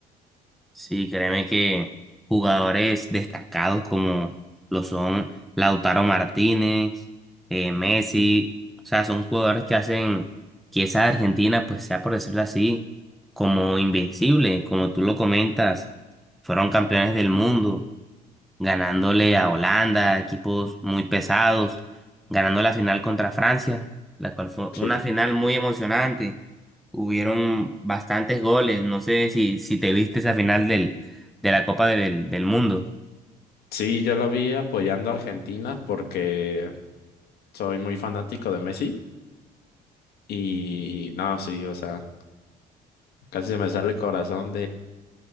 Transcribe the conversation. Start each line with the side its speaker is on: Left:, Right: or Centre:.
Centre: Sí, créeme que jugadores destacados como lo son Lautaro Martínez, eh, Messi, o sea, son jugadores que hacen que esa Argentina, pues sea por decirlo así, como invencible, como tú lo comentas, fueron campeones del mundo, ganándole a Holanda, equipos muy pesados, ganando la final contra Francia, la cual fue
Left: Sí.
Centre: una final muy emocionante. Hubieron bastantes goles, no sé si, si te viste esa final del, de la Copa del, del Mundo.
Left: Sí, yo lo vi apoyando a Argentina porque soy muy fanático de Messi y no, sí, o sea, casi se me sale el corazón